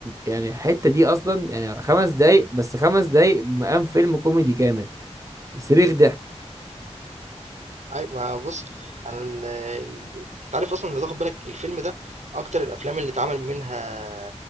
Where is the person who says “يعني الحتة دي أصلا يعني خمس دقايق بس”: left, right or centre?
Right